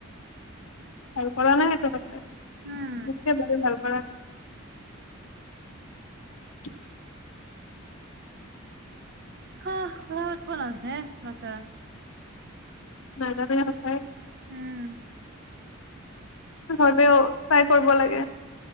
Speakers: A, on the left (about 80°); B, on the right (about 55°).
A: আৰু কৰা নাই এজন আছে।
B: উম,
A: <unintelligible> <inaudible>
B: হা ', খোৱা আটব নাজনে বাছা।
A: নাজানে সঁচায়ে।
B: উম,
A: এ, 'হলেও চাই কৰিব লাগে।